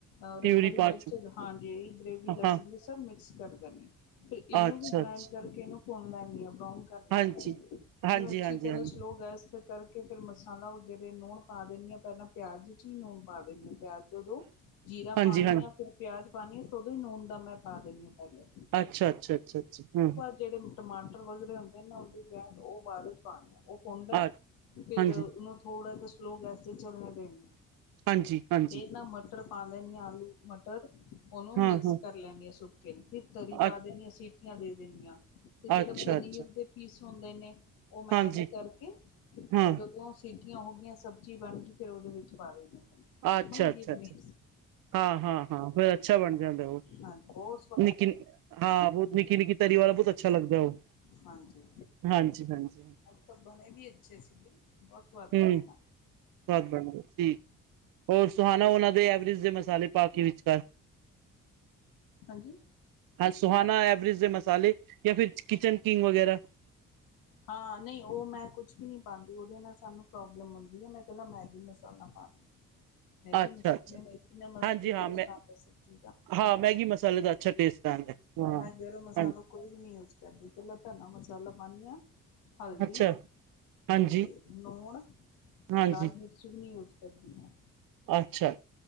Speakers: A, on the left; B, on the right.
A: ਔਰ
B: ਪਿਊਰੀ
A: ਹਰੀ ਮਿਰਚ
B: ਪਾ
A: ਹਾਂਜੀ ਗ੍ਰੇਵੀ ਲਸਣ
B: ਹਾਂ
A: ਸਭ ਮਿਕਸ ਕਰ ਦੇਣੀ। ਫੇਰ
B: ਅੱਛਾ
A: ਇਨੂੰ ਵੀ ਗ੍ਰੈਂੰਡ
B: ਅੱਛਾ
A: ਕਰਕੇ ਇਨੂੰ ਭੁੰਨ ਲੈਂਨੀ ਆਾ ਬਰਾਊਨ ਕਰ ਲੈਨੀ
B: ਹਾਂਜੀ
A: ਆ <unintelligible>
B: ਹਾਂਜੀ
A: ਇਨੂੰ ਅੱਛੀ
B: ਹਾਂਜੀ
A: ਤਰ੍ਹਾਂ
B: ਹਾਂਜੀ ਹਾਂ
A: ਸਲੋ ਗੈਸ ਤੇ ਕਰ ਕੇ ਫਿਰ ਮਸਾਲਾ ਵਗੈਰਾ ਨੂਣ ਪਾ ਦੇਨੀ ਆ ਪੈਲਾਂ ਪਿਆਜ਼ ਚ ਈ ਨੂਣ ਪਾ ਦਿੰਨੀ ਆ ਪਿਆਜ਼ ਜਦੋਂ ਜੀਰਾ
B: ਹਾਂਜੀ
A: ਪਾਨੀ
B: ਹਾਂ
A: ਆ ਫਿਰ ਪਿਆਜ ਪਾਨੀ ਆ ਤਾਂ ਉਦੋਂ ਈ ਨੂਨ ਦਾ ਮੈਂ ਪਾ ਦੇਨੀ ਆ ਪੈਲੇ।
B: ਅੱਛਾ-ਅੱਛਾ-ਅੱਛਾ-ਅੱਛਾ, ਹੂੰ।
A: ਜੇੜੇ ਟਮਾਟਰ ਵਗਰੇ ਹੁੰਦੇ ਨੇ ਨਾ ਓਦੀ ਗ੍ਰੈਂਣ ਓ ਬਾਦ ਵਿਚ ਪਾਨੀ ਆ। ਪੌਂਦੈ
B: ਆ
A: ਫਿਰ
B: ਹਾਂਜੀ
A: ਉਨੂੰ ਥੋੜ੍ਹਾ ਜਾ ਸਲੋਅ ਗੈਸ ਦੇ ਚੱਲਣੇ ਦੇਣ
B: ਹਾਂਜੀ ਹਾਂਜੀ
A: ਫੇਰ ਨਾ ਮਟਰ ਪਾ ਦੇਣੀ ਆ ਆਲੂ ਮਟਰ ਓਨੂੰ
B: ਹਾਂ
A: ਮਿਕਸ
B: ਹਾਂ
A: ਕਰ ਲੈਂਣੀ ਆ। ਕਿਨ ਫਿਰ ਤਰੀ ਪਾ
B: ਅ
A: ਦੇਣੀ ਆ ਸੀਟੀਆਂ ਦੇ ਦਿੰਨੀ ਆ ਤੇ ਜੇੜਾ
B: ਅੱਛਾ
A: ਪਨੀਰ
B: ਅੱਛਾ
A: ਦੇ ਪੀਸ ਹੁੰਦੇ ਨੇ ਓ ਮੈਂ
B: ਹਾਂਜੀ
A: ਐੱਡ ਕਰਕੇ
B: ਹਾਂ
A: ਜਦੋਂ ਸੀਟੀਆਂ ਹੋਗੀਆਂ ਸਬਜ਼ੀ ਬਣ ਕੇ ਫਿਰ ਓਦੇ ਵਿੱਚ ਪਾ ਦੇਨੀ ਆ। ਪਨੀਰ
B: ਅੱਛਾ-ਅੱਛਾ-ਅੱਛਾ
A: ਬਣ ਗਈ ਪਨੀਰ
B: ਹਾਂ-ਹਾਂ-ਹਾਂ ਫਿਰ ਅੱਛਾ ਬਣ ਜਾਂਦਾ ਓ।
A: ਹਾਂ ਬੋ
B: ਨਿੱਕੀ ਹਾਂ ਬੋਤ ਨਿੱਕੀ-ਨਿੱਕੀ ਤਰੀ ਵਾਲਾ ਬੋਤ ਅੱਛਾ ਲੱਗਦਾ ਓ।
A: ਹਾਂਜੀ
B: ਹਾਂਜੀ ਹਾਂਜੀ
A: ਅੱਜ ਤਾਂ ਬਣੇ ਵੀ ਅੱਛੇ ਸੀਗੇ, ਬਹੁਤ ਸਵਾਦ ਬਣੇ
B: ਹਮ
A: ਨਾ।
B: ਸਵਾਦ ਬਣਦਾ ਹੂੰ, ਹੋਰ ਸੁਹਾਨਾ ਉਹਨਾਂ ਦੇ ਐਵਰੇਜ ਦੇ ਮਸਾਲੇ ਪਾ ਕੇ ਵਿਚਕਾਰ-
A: ਹਾਂਜੀ
B: ਹਾਂ, ਸੁਹਾਨਾ ਐਵਰੇਜ ਦੇ ਮਸਾਲੇ ਜਾਂ ਫਿਰ ਕਿਚਨ ਕਿੰਗ ਵਗੈਰਾ।
A: ਹਾਂ। ਨਹੀਂ, ਉਹ ਮੈਂ ਕੁਛ ਵੀ ਨੀ ਪਾਂਦੀ ਉਹਦੇ ਨਾਲ ਸਾਨੂੰ ਪ੍ਰੋਬਲਮ ਹੁੰਦੀ ਏ, ਮੈਂ ਇਕਲਾਂ ਮੈਗੀ ਮਸਾਲਾ ਪਾਨੀ।
B: <inaudible>
A: ਮੈਗੀ ਮਸਾਲੇ
B: ਅੱਛਾ
A: ਨੇ ਇਤਨਾ ਮਸਤ
B: ਹਾਂਜੀ ਹਾਂ
A: ਟੇਸਟ
B: ਮੈਂ
A: ਆਂਦਾ ਸਬਜ਼ੀ ਦਾ-
B: ਹਾਂ ਮੈਗੀ ਮਸਾਲੇ ਦਾ- ਅੱਛਾ ਟੇਸਟ ਆਂਦਾ ਹਾਂ।
A: ਮੈਂ ਗਰਮ ਮਸਾਲਾ
B: ਹਾਂ
A: ਕੋਈ ਵੀ ਨੀ ਯੂਜ ਕਰਦੀ, ਇਕਲਾ ਧਨਾ ਮਸਾਲਾ ਪਾਨੀ ਆ। ਹਲਦੀ
B: ਅੱਛਾ ਹਾਂਜੀ
A: ਤੇ ਲੂਣ,
B: ਹਾਂਜੀ
A: ਲਾਲ-ਮਿਰਚ। ਕੁਛ ਵੀ ਨੀ ਯੂਸ ਕਰਦੀ ਮੈਂ।
B: ਅੱਛਾ ਆ।